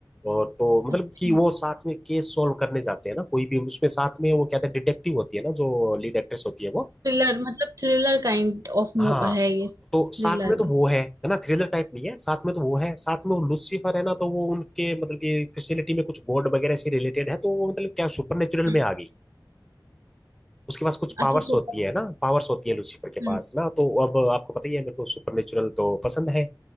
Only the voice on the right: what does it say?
अच्छा
थ्रिलर मतलब थ्रिलर काइंड ऑफ
है ये थ्रिलर
है
हम्म
अच्छा सुपर
हम्म